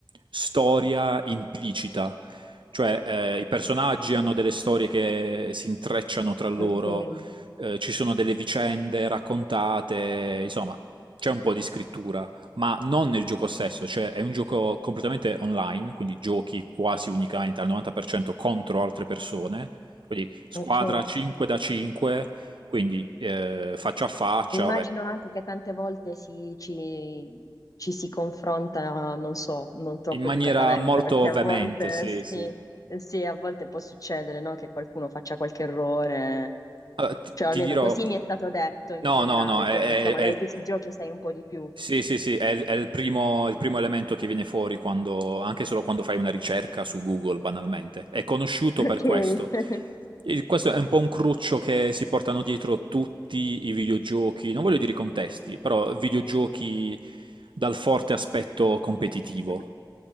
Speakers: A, on the right; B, on the left.
A: storia implicita. Cioè, eh, i personaggi hanno delle storie che si intrecciano tra loro,
B: Ok,
A: eh, ci sono delle vicende raccontate, insomma, c'è un po' di scrittura ma non nel gioco stesso, cioè è un gioco completamente online, quindi giochi quasi unicamente al 90% contro altre persone, quindi squadra
B: ok.
A: 5 da 5, quindi eh, faccia a faccia,
B: Immagino
A: vabbè,
B: anche che tante volte si- ci, ci si confronta, non so, non troppo
A: in maniera
B: educatamente,
A: molto
B: perché a
A: veemente,
B: volte
A: sì,
B: sì,
A: sì.
B: sì, a volte può succedere, no, che qualcuno faccia qualche errore.
A: Allora, ti,
B: Cioè, almeno
A: ti dirò,
B: così mi è stato detto in
A: no,
B: generale.
A: no, no, è,
B: Poi non so, magari
A: è- è il
B: tu sui giochi sai un po' di più.
A: Sì, sì, sì, è, il è il primo, il primo elemento che viene fuori quando, anche solo quando fai una ricerca su Google, banalmente. È conosciuto
B: <laughs> Ok.
A: per questo. Il- questo è un po' un cruccio che si portano dietro tutti i videogiochi, non voglio dire contesti, però videogiochi dal forte aspetto competitivo.
B: <laughs>